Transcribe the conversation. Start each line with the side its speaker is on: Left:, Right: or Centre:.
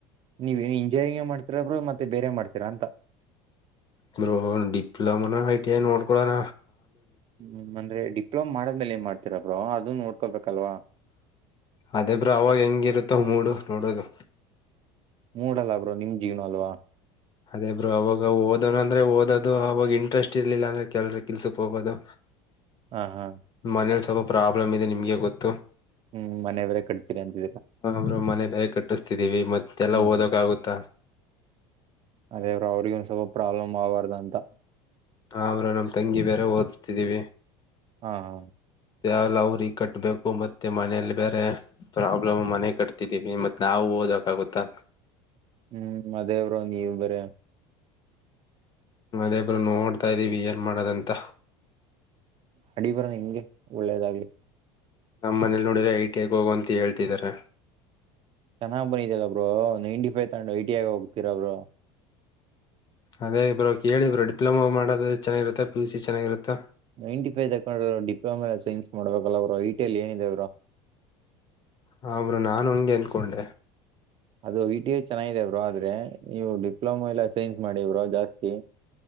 Right: ನೀವೇನ ಇಂಜಿನಿಯರಿಂಗ್ ಮಾಡ್ತೀರಾ ಮತ್ತೆ ಬೇರೆ ಮಾಡ್ತೀರಾ ಅಂತ
Left: ಬ್ರೋ ಡಿಪ್ಲೊಮಾನ ಐ ಟಿ ಐ ನೋಡ್ಕೊಳೋಣ
Right: ಹ್ಮ್ ಅಂದ್ರೆ ಡಿಪ್ಲೊಮ ಮಾಡದ್ಮೇಲೆ ಏನ್ ಮಾಡ್ತತಿರ ಬ್ರೋ ಅದನ್ನ ನೋಡ್ಕೊಳ್ಬೇಕಲ್ವಾ
Left: ಅದೇ ಬ್ರೋ ಅವಾಗ ಹೆಂಗಿರುತ್ತ ಮೂಡು ನೋಡೋದು
Right: ಮೂಡಲ್ಲ ಬ್ರೋ ನಿಮ್ ಜೀವನ ಅಲ್ವಾ
Left: ಅದೇ ಬ್ರೋ ಅವಾಗ ಓದನಾ ಅಂದ್ರೆ ಓದೋದು ಅವಾಗ ಇಂಟ್ರೆಸ್ಟ್ ಇರ್ಲಿಲ್ಲ ಅಂದ್ರೆ ಕೆಲ್ಸ ಕಿಲ್ಸಕ್ ಹೋಗೋದು
Right: ಹ್ಮ್ ಹ್ಮ್
Left: ಮನೇಲಿ ಸ್ವಲ್ಪ ಪ್ರಾಬ್ಲಮ್ ಇದೆ ನಿಮ್ಗೆ ಗೊತ್ತು
Right: ಹ್ಮ್ ಮನೆ ಬೇರೆ ಕಟ್ತೀರಿ ಅಂತಿ
Left: ಹಾ ಬ್ರೋ ಮನೆ ಬಲೆ ಕಟ್ಟಿಸಸ್ತಿದೀವಿ ಮತ್ತೆಲ್ಲ
Right: ಹ್ಮ್
Left: ಓದಕ
Right: ಹ್ಮ್
Left: ಆಗುತ್ತಾ
Right: ಅದೇ ಬ್ರೋ ಅವರಗಿಗೆ ಸ್ವಲ್ಪ ಪ್ರಾಬ್ಲಮ್ ಆಬಾರ್ದ ಅಂತ
Left: ಹಾ ಬ್ರೋ ನಮ್ ತಂಗಿ ಬೇರೆ ಓದ್ತಿದ್ದೀವಿ
Right: ಹಾ ಹಾ
Left: ಎಲ್ಲ ಅವ್ರಿಗೆ ಕಟ್ಬೇಕು ಮತ್ತೆ ಮನೇೆಯಲ್ಲಿ ಬೇರೆ ಪ್ರಾಬ್ಲಮ್ ಮನೆ ಕಟ್ತಿದ್ದೀವಿ ಮತ್ತೆ ನಾವು ಓದಕಾಗುತ್ತಾ
Right: ಹ್ಮ್ ಅದೇವರು ನೀವ ಬೇರೆ
Left: <unintelligible> ನೋಡ್ತಾ ಇದ್ದೀವಿ ಏನ್ ಮಾಡೋದಂತ
Right: ಅಡಿ ಬರ ಹೆಂಗೆ ಒಳ್ಳೇದಾಗ್ಲಿ
Left: ನಮ್ಮ್ ಮನೇಲಿ ನೋಡಿದ್ರೆ ಐ ಟಿ ಐ ಹೋಗು ಅಂತ ಹೇಳ್ತಿದಿದ್ದಾರೆ
Right: ಚೆನ್ನ್ ಬಿದ್ದಿಲ್ಲಬ್ರು ನೈನ್ಟಿ ಫೈವ್ ತಂಡೊಂಡ ಐಟಿಗ ಹೋಗ್ತೀರಬ್ರು
Left: ಅದೇ ಇಬ್ರು ಕೇಳಿ ಇಬ್ರು ಡಿಪ್ಲೊಮಾ ಮಾಡೋದ ಚೆನ್ನಾಗಿರುತ್ತ ಪಿ ಯು ಸಿ ಚೆನ್ನಾಗಿರುತ್ತಾ.
Right: ನೈನ್ಟಿ ಫೈವ್ ತಕೊಂಡ್ರರು ಡಿಪ್ಲೊಮಾ ಸೈನ್ಸ್ ಮಾಡ್ಬೇಕಲ್ಲ ಅವ್ರು ಐಟಿ ಎಲ್ ಏನಿದೆ ಬ್ರೋ.
Left: ಹಾ ಬ್ರೋ ನಾನು ಹಂಗೆ ಅನ್ಕೊಂಡೆ
Right: ಅದು ಐ ಟಿ ಐ ಚೆನ್ನಗಿದೆ ಬ್ರೋ ಆದ್ರೆ ನೀವು ಡಿಪ್ಲೊಮಾ ಎಲ್ಲ ಸೈನ್ಸ್ ಮಾಡಿ ಬ್ರೋ ಜಾಸ್ತಿ.